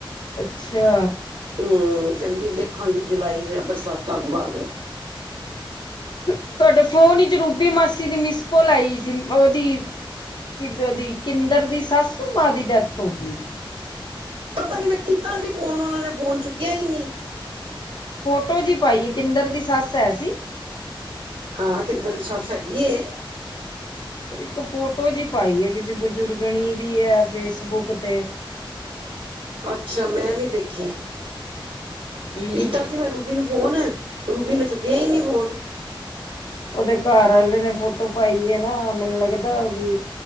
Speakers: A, on the left; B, on the right.
A: ਅੱਛਾ।
B: ਹਮ ਕਹਿੰਦੀ ਦੇਖਾਂਗੀ ਜੁਲਾਈ ਦੇ ਬਰਸਾਤਾਂ ਤੋਂ ਬਾਅਦ।
A: ਤੁਹਾਡੇ ਫੋਨ ਵਿੱਚ ਰੂਬੀ ਮਾਸੀ ਦੀ ਮਿਸ ਕੋਲ ਆਈ ਸੀ। ਉਹਦੀ ਕਿਦਣ ਦੀ ਕਿੰਦਰ ਦੀ ਸਾਸੂ ਮਾਂ ਦੀ ਡੈਥ ਹੋ ਗਈ ਹੈ?
B: ਪਤਾ ਨੀ ਮੈਂ ਕੀਤਾ ਸੀ ਫੋਨ ਉਹਨਾਂ ਨੇ ਫੋਨ ਚੁੱਕਿਆ ਹੀ ਨਹੀਂ।
A: ਫੋਟੋ ਜਿਹੀ ਪਾਈ ਏ ਕਿਂਦਰ ਦੀ ਸੱਸ ਹੈ ਸੀ?
B: ਹਾਂ, ਕਿਂਦਰ ਦੀ ਸੱਸ ਹੈਗੀ ਏ।
A: ਫਿਰ ਇੱਕ ਫੋਟੋ ਜਿਹੀ ਪਾਈ ਹੈ ਕਿਸੇ ਬਜ਼ੁਰਗਣੀ ਦੀ ਹੈ ਫੇਸਬੁੱਕ ਤੇ।
B: ਅੱਛਾ ਮੈਂ ਨੀ ਦੇਖੀ
A: ਹਮ
B: ਪੀਤਾ ਸੀ ਮੈਂ। ਰੂਬੀ ਨੂੰ ਫੋਨ, ਰੂਬੀ ਨੇ ਚੁੱਕਿਆ ਹੀ ਨੀ ਫੋਨ।
A: ਉਹਦੇ ਘਰ ਆਲੇ ਨੇ ਫੋਟੋ ਪਾਈ ਏ ਨਾ, ਮੈਨੂੰ ਲੱਗਦਾ ਉਹਦੀ